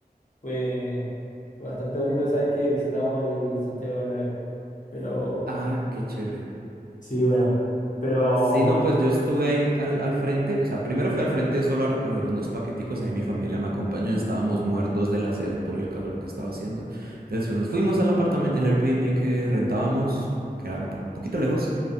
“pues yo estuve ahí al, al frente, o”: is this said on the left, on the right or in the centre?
Right